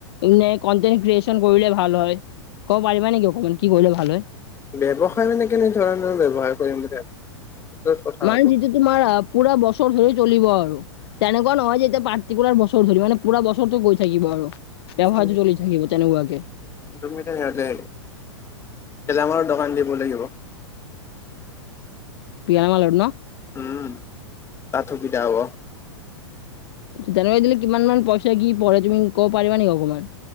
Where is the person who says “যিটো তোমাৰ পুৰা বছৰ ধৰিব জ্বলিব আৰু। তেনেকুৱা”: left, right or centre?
Left